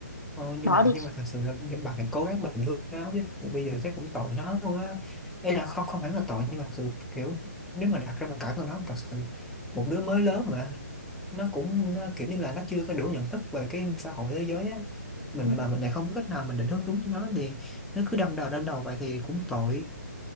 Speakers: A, in the centre; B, on the left (about 80°).
A: Thôi nhưng
B: bỏ
A: mà
B: đi
A: nhưng mà thật sự là nhưng bà phải cố gắng mình thương nó chứ thật sự bây giờ thấy cũng tội nó luôn á đây là không không phải là tội nhưng mà thật sự kiểu nếu mà đặt ra hoàn cảnh của nó thật sự một đứa mới lớn mà nó cũng nó kiểu như là nó chưa có đủ nhận thức về cái xã hội thế giới á mình
B: ừ.
A: mà mình lại không có cách nào mình định hướng đúng cho nó thì nó cứ đâm đầu đâm đầu vậy thì cũng tội